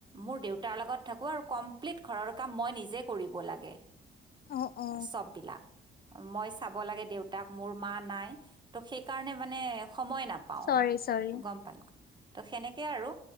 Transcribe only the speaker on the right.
মোৰ দেউতাৰ লগত থাকোঁ আৰু কমপ্লিট ঘৰৰ কাম মই নিজে কৰিব লাগে।
চব বিলাক মই চাব লাগে দেউতাক মোৰ মা নাই ত সেইকাৰণে মানে সময় নাপাওঁ
গম পালা ত' সেনেকে আৰু